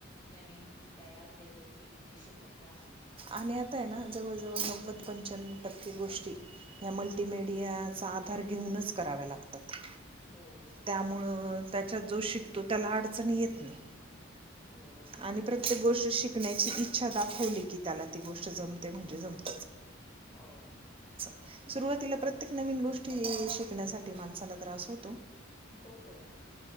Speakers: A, on the left (about 20°); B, on the right (about 30°).
A: नवीन काही अपडेट येतील. ते शिकत राहणं.
B: आणि आता आहे ना जवळ जवळ नव्वद पंच्यानवं टक्के गोष्टी ती या मल्टीमडियाचा आधार घेऊनच कराव्या लाग तात
A: हो,
B: त्यामुळं त्याच्यात जो शिकतो त्याला अडचणी येत नाही.
A: हो.
B: आणि
A: बरोबर
B: प्रत्येक
A: आहे
B: गोष्ट
A: की.
B: शिकण्याची इच्छा दाखवली की त्याला ती गोष्ट जमते म्हणजे जमते म्हणजे जमते.
A: हो.
B: सुरुवातीला प्रत्येक नवीन गोष्टी शिकण्यासाठी माणसाला त्रास होतो.
A: होतो ना